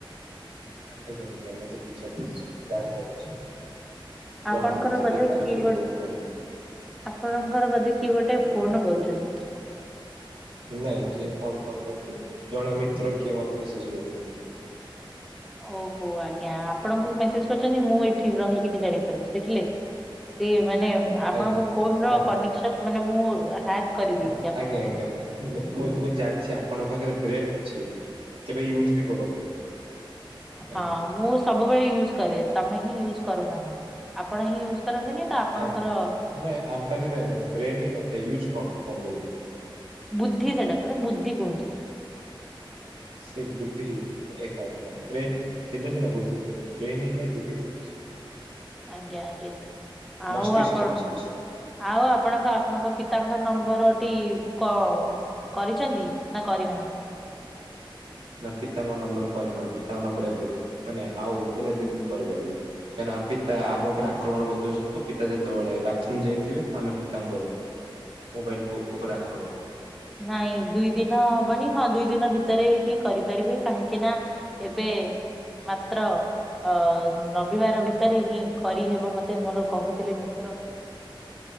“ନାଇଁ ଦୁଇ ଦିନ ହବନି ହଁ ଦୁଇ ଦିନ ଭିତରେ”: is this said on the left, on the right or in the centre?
Centre